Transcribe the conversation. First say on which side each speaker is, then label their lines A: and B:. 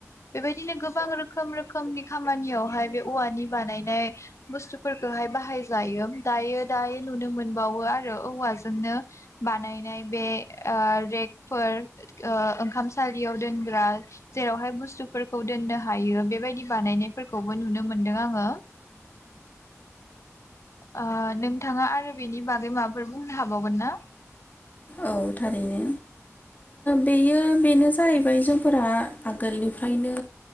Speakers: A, on the left; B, on the left.
A: बेबायदिनो गोबां रोखोम रोखोमनि खामानियावहाय बे औवानि बानायनाय बुस्थु फोरखौहाय बाहाय जायो दायो दायो नुनो मोनबावो आरो औवाजोंनो बानायनाय बे ओ फोर ओंखामसालियाव दोनग्रा जेरावहाय बुस्थुफोरखौ दोननो हायो बेबायदि बानायनायफोरखौबो नुनो मोनदों आङो। ओ नोंथाङा आरो बेनि बागै माबाफोर बुंनो हाबावगोन ना?
B: औ थारैनो बेयो बेनो जाहैबाय जोंफोरा आगोलनिफ्रायनो